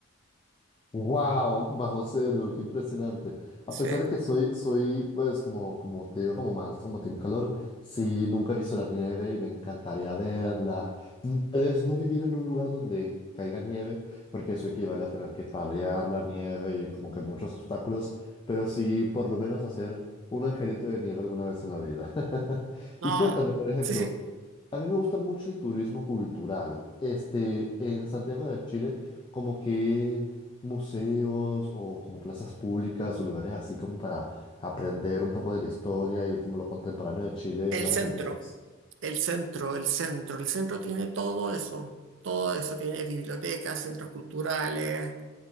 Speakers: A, on the left (about 25°); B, on the right (about 60°).
A: Wow, bajo cero, qué impresionante.
B: Sí,
A: A pesar de que soy, soy, pues, como, como te digo, como más, como Team Calor, sí, nunca he visto la nieve y me encantaría verla. Mm, Tal vez no vivir en un lugar donde caiga nieve, porque eso equivale a tener que palear la nieve y como que muchos obstáculos, pero sí, por lo menos hacer un angelito de nieve alguna vez en la vida. <laughs>
B: no,
A: Y cuéntame, por ejemplo,
B: sí, sí,
A: a mí me gusta mucho el turismo cultural. Este, en Santiago de Chile, como que museos o como plazas públicas o lugares así como para aprender un poco de la historia y como lo contemporáneo de Chile,
B: el
A: ¿me
B: centro,
A: recomiendas?
B: el centro, el centro, el centro tiene todo eso, todo eso, tiene bibliotecas, centros culturales.